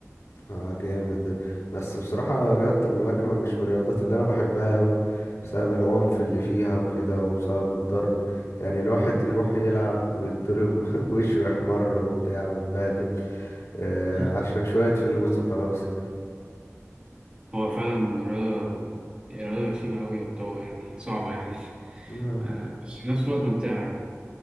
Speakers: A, on the left; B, on the right.
A: اه جامد بس بصراحة رياضة الملاكمة مش من الرياضات اللي انا بحبها قوي بسبب العنف اللي فيها وكده وبسبب الضرب يعني الواحد يروح يلعب ويتضرب <laughs> ووشه يحمر وبتاع ويتبهدل آه
B: <laughs>
A: عشان شوية فلوس وخلاص
B: هو فعلا رياضه هي رياضه غشيمه قوي وبتو يعني صعبه يعني <laughs>
A: آه.
B: آه، بس في نفس الوقت ممتعه يعني